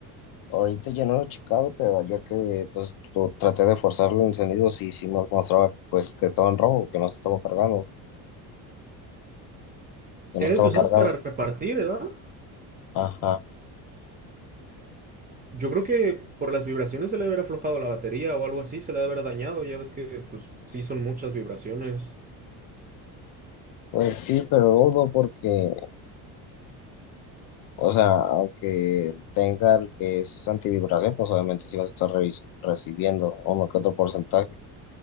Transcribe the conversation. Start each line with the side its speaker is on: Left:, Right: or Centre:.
Left: ahorita ya no lo he checado, pero ayer que pues lo- traté de forzarlo el encendido, sí, sí nos mostraba pues que estaba en rojo, que no se estaba cargando, que no
Right: Era
Left: estaba
Right: el que usabas
Left: cargado.
Right: para repartir, ¿verdad?
Left: Ajá.
Right: Yo creo que por las vibraciones se le debe haber aflojado la batería o algo así, se le debe haber dañado. Ya ves que, pues, sí son muchas vibraciones.
Left: Pues sí, pero dudo porque O sea, aunque tenga el que es antivibración, pues obviamente sí va a estar revis- recibiendo uno que otro porcentaje.